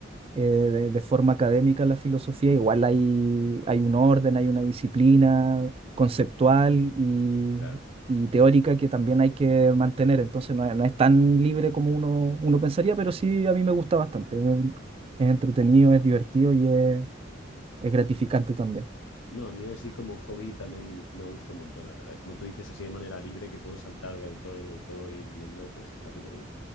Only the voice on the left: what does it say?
Claro.
No, a mí así como hobby también me gusta un montón, la verdad. Como tú dices, así de manera libre que puedo saltar de autor en autor, ir viendo, pues está súper bien.